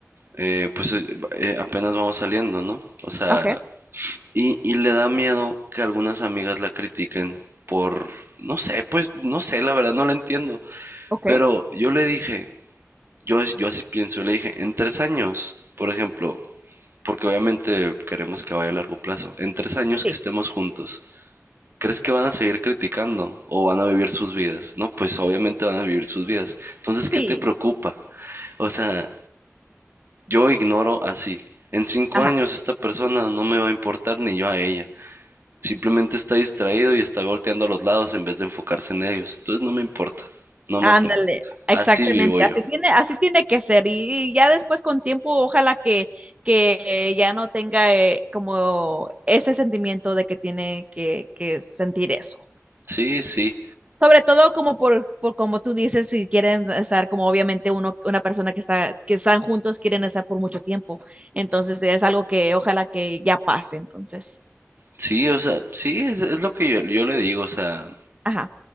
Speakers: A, on the right (about 50°); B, on the right (about 25°).
A: eh, pues eh, eh, apenas vamos saliendo, ¿no? O sea,
B: okay,
A: y, y le da miedo que algunas amigas la critiquen por, no sé, pues no sé, la verdad no la entiendo.
B: okay,
A: Pero yo le dije, yo, yo así pienso, yo le dije, en tres años, por ejemplo, porque obviamente queremos que vaya a largo plazo, en tres años
B: Sí,
A: que estemos juntos, ¿crees que van a seguir criticando o van a vivir sus vidas? No, pues obviamente van a vivir sus vidas. Entonces,
B: Sí,
A: ¿qué te preocupa? O sea, yo ignoro así. En cinco
B: ajá,
A: años esta persona no me va a importar ni yo a ella. Simplemente está distraído y está volteando a los lados en vez de enfocarse en ellos. Entonces no me importa, no me
B: ándale,
A: afecta.
B: exactamente,
A: Así vivo yo.
B: así tiene, así tiene que ser y, y ya después con tiempo ojalá que, que ya no tenga eh, como ese sentimiento de que tiene que, que sentir eso.
A: Sí, sí,
B: Sobre todo como por, por como tú dices, si quieren estar como obviamente uno, una persona que está, que están juntos, quieren estar por mucho tiempo. Entonces es algo que ojalá que ya pase, entonces.
A: sí, o sea, sí, es, es lo que yo, yo le digo, o sea,
B: Ajá.